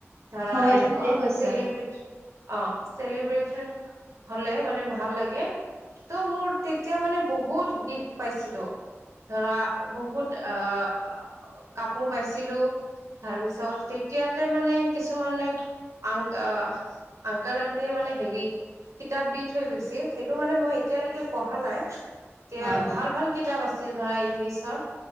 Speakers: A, on the right; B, on the right.
A: ধৰা
B: হয়
A: এনেকুৱা
B: ঠিকে কৈছা
A: চেলিব্ৰেচন অ চেলিব্ৰেচন হলে মানে ভাল লাগে ত' মোৰ তেতিয়া মানে বহুত গিফট পাইছিলো, ধৰা বহুত আহ কাপোৰ পাইছিলো, তাৰপিছত তেতিয়াতে মানে কিছুমানে আং আহ আংকেল আন্টিয়ে মানে হেৰি কিতাপ দি থৈ গৈছিল সেইটো মানে মই এতিয়ালৈকে পঢ়া নাই। এতিয়া
B: হয়'।
A: ভাল ভাল কিতাপ আছিল ধৰা ইংলিছৰ